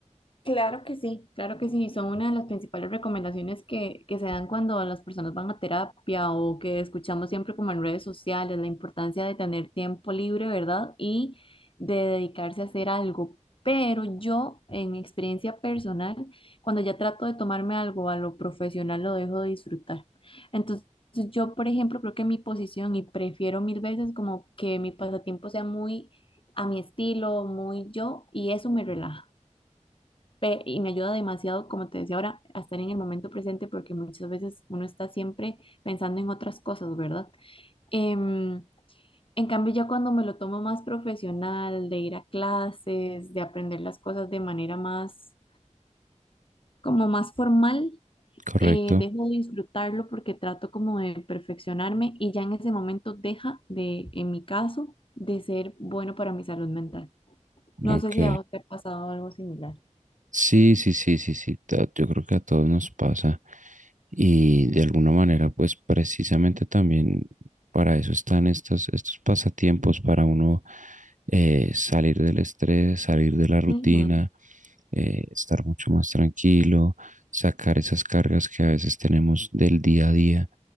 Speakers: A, on the left; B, on the right.
A: Claro que sí, claro que sí. Son una de las principales recomendaciones que, que se dan cuando las personas van a terapia o que escuchamos siempre como en redes sociales, la importancia de tener tiempo libre, ¿verdad? Y de dedicarse a hacer algo. Pero yo, en mi experiencia personal, cuando ya trato de tomarme algo a lo profesional, lo dejo de disfrutar. Entonces, yo, por ejemplo, creo que mi posición y prefiero mil veces como que mi pasatiempo sea muy a mi estilo, muy yo, y eso me relaja. Pe- Y me ayuda demasiado, como te decía ahora, a estar en el momento presente porque muchas veces uno está siempre pensando en otras cosas, ¿verdad? Em, en cambio, ya cuando me lo tomo más profesional, de ir a clases, de aprender las cosas de manera más, como más formal,
B: Correcto.
A: eh, dejo de disfrutarlo porque trato como de perfeccionarme y ya en ese momento deja de, en mi caso, de ser bueno para mi salud mental. No
B: Ok.
A: sé si a vos te ha pasado algo similar.
B: Sí, sí, sí, sí, sí, to- yo creo que a todos nos pasa y de alguna manera pues precisamente también para eso están estos, estos pasatiempos, para uno eh, salir del estrés, salir de la rutina,
A: Ujú,
B: eh, estar mucho más tranquilo, sacar esas cargas que a veces tenemos del día a día,